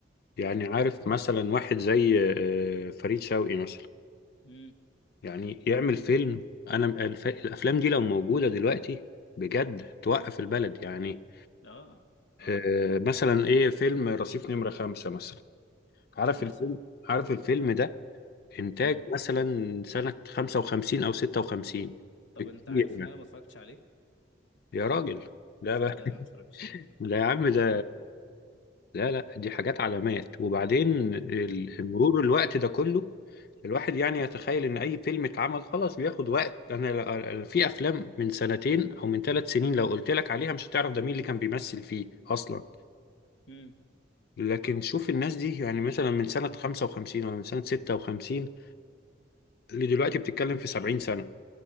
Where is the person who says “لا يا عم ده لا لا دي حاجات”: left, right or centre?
Left